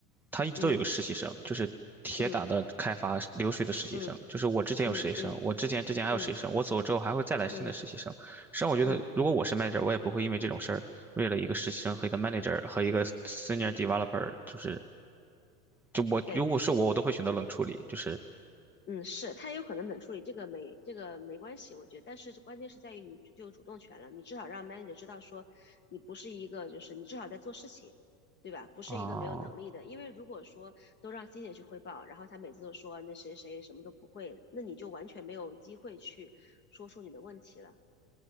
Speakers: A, in the centre; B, on the left (about 25°).
A: 他一直都有个实习生，
B: 嗯
A: 就是铁打的开发流水的实习生。
B: 嗯嗯
A: 就是我之前有实习生，
B: 嗯嗯
A: 我之前之前还有实习生，
B: 嗯
A: 我走之后还会再来新的实习生。
B: 嗯
A: 实际上，我觉得如果我是
B: 嗯，
A: manager，我也不会因为这种事儿，为了一个实习生和一个 manager 和一个 senior developer，就是就我如果是我，
B: 对。
A: 我都会选择冷处理。就是
B: 嗯，是，他也有可能冷处理，这个没这个没关系，我觉得。但是关键是在于你就有主动权了，你至少让 manager 知道说你不是一个，就是你至少在做事情，对吧？不是一个没有能力的。
A: 啊、
B: 因为如果说都让 s e 去汇报，然后他每次都说那谁谁什么都不会，那你就完全没有机会去说出你的问题了，